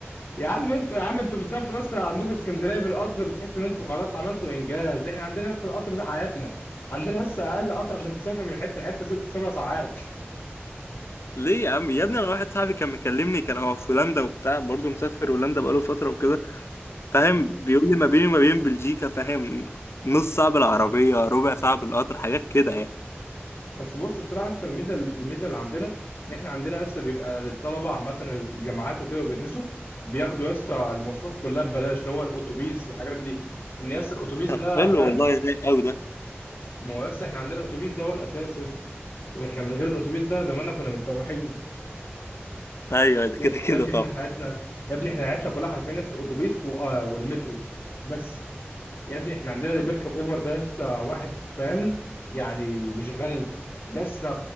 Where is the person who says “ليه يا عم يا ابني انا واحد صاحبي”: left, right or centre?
Left